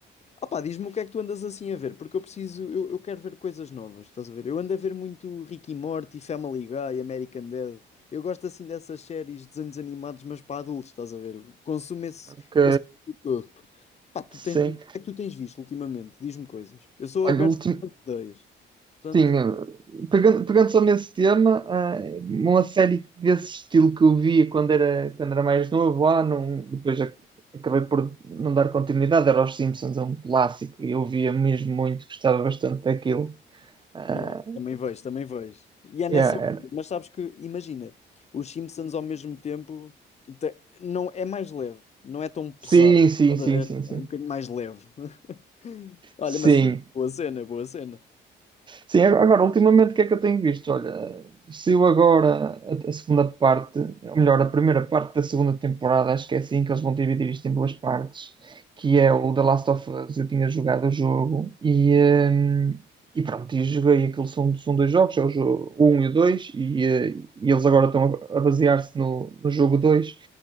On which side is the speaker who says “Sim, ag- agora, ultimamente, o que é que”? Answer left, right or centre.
Right